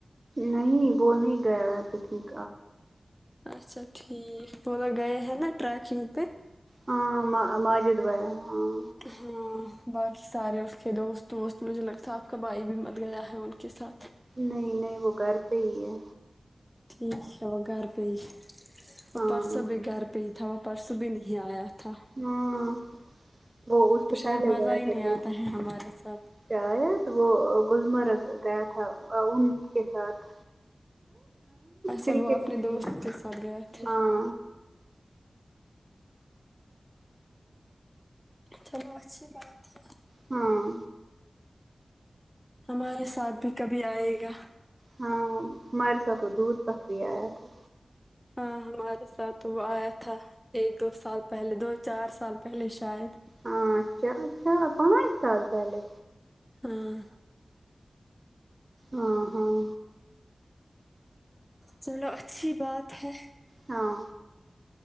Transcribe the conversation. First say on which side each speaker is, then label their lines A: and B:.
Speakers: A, on the right; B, in the centre.
A: نہیں وہ نہیں گیا ہے تو ٹھیک
B: اچھا ٹھیک پ ل گی ہیں نا رییکنگ پ
A: ہاں ماجدوار ہاں
B: ہاں باقی سارے اس کے دوست وست مجھے لگتا آپ کا بھائی بھی مت گیا ہے ان کے ساتھ
A: نہیں نہیں وہ گھر پہ ہی ہے
B: ٹھیک ہے وہ گھر پے وہ
A: ہاں
B: پرسوں بھی گھر پے ہی تھا پرسوں بھی نہیں آیا تھا
A: ہاں وہ اس
B: تو
A: سے
B: شاید
A: پہلے
B: مزہ
A: گیا
B: ہی
A: تھا
B: نہیں آتا ہے ہمارے ساتھ
A: آیا تو وہ گلمرگ گیا تھا ان کے ساتھ
B: اچھا
A: کرکٹ
B: وہ اپنے دوست کے ساتھ گئے تھے
A: ہاں
B: چلو اچھی بات ہے
A: ہاں
B: ہمارے ساتھ بھی کبھی آئے گا
A: ہاں ہمارے ساتھ وہ دودھ پک بھی آیا تھا
B: ہاں ہمارے ساتھ تو وہ آیا تھا ایک دو سال پہلے دو چار سال پہلے شاید
A: ہاں چا چار پانچ سال پہلے
B: ہاں
A: ہ ہاں
B: چلو اچھی بات ہے
A: ہاں